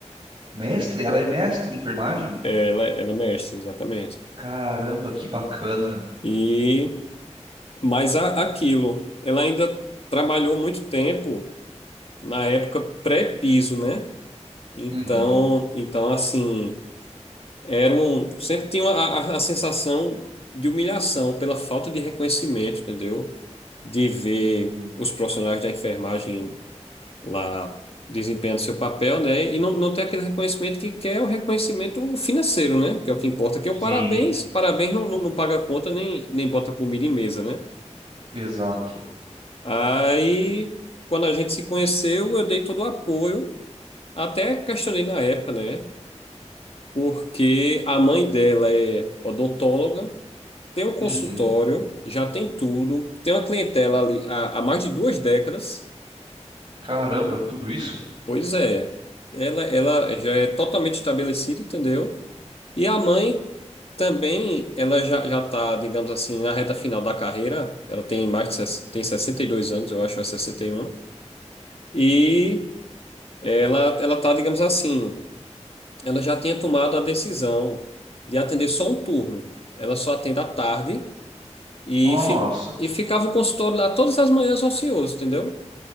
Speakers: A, on the right; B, on the left.
A: Mestre? Ela é mestre em enfermagem?
B: Ela, ela é mestre, exatamente.
A: Caramba, que bacana.
B: E Mas a- aquilo, ela ainda trabalhou muito tempo na época pré-piso, né? Então,
A: Uhum.
B: então assim, era um, sempre tinha a, a- a sensação de humilhação pela falta de reconhecimento, entendeu? De ver
A: Hum,
B: os profissionais da enfermagem lá desempenhando seu papel, né? E não, não ter aquele reconhecimento que quer o reconhecimento financeiro, né? Que é o que importa, que é o
A: Sim,
B: parabéns. Parabéns não, não, não paga conta nem, nem bota comida em mesa, né?
A: exato.
B: Aí, quando a gente se conheceu, eu dei todo o apoio, até questionei na época, né? Porque a mãe dela é odontóloga, tem um consultório,
A: Uhum.
B: já tem tudo, tem uma clientela ali há, há mais de duas décadas.
A: Caramba, tudo isso?
B: Pois é, ela, ela já é totalmente estabelecida, entendeu? E a mãe também, ela já, já tá, digamos assim, na reta final da carreira, ela tem mais de, ses- tem 62 anos, eu acho, ou é sessenta e um E. Ela, ela tá, digamos assim, ela já tinha tomado a decisão de atender só um turno. Ela só atende à tarde e,
A: Nossa.
B: fi, e ficava o consultório lá todas as manhãs ocioso, entendeu?